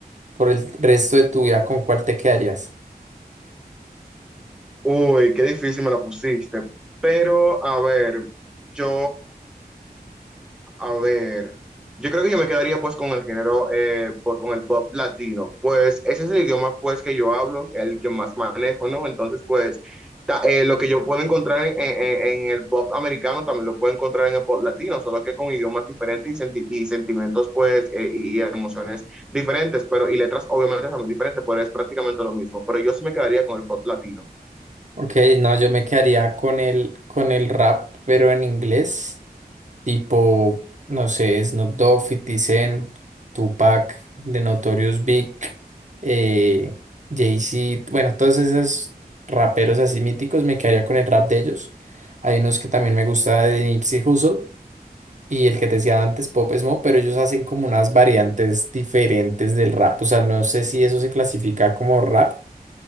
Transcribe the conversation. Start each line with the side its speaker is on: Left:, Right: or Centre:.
Right: por el resto de tu vida, ¿con cuál te quedarías?
Centre: Uy, qué difícil me la pusiste. Pero, a ver, yo A ver, yo creo que yo me quedaría pues con el género, eh, pues, con el pop latino, pues ese es el idioma pues que yo hablo, el que más manejo, ¿no? Entonces pues ta- eh, lo que yo puedo encontrar en, en- en- en el pop americano también lo puedo encontrar en el pop latino, solo que con idiomas diferentes y, senti- y sentimientos pues eh, y, y emociones diferentes, pero y letras obviamente también diferentes, pero es prácticamente lo mismo, pero yo sí me quedaría con el pop latino.
Right: Ok, no, yo me quedaría con el, con el rap, pero en inglés. tipo, no sé, Snoop Dogg, 50 Cent, Tupac, The Notorious Big, eh, Jay-Z, bueno, todos esos raperos así míticos, me quedaría con el rap de ellos. Hay unos que también me gusta de Nipsey Hussle y el que te decía antes, Pop Smoke, pero ellos hacen como unas variantes diferentes del rap, o sea, no sé si eso se clasifica como rap